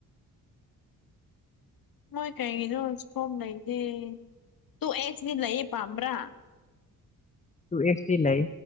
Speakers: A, on the left; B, on the left.
A: ꯃꯣꯏ ꯀꯩꯒꯤꯅꯣ ꯐꯣꯝ ꯂꯩꯇꯦ ꯇꯨ ꯑꯦꯁꯗꯤ ꯂꯩꯌꯦ ꯄꯥꯝꯕ꯭ꯔꯥ
B: ꯇꯨ ꯑꯦꯁꯤ ꯂꯩ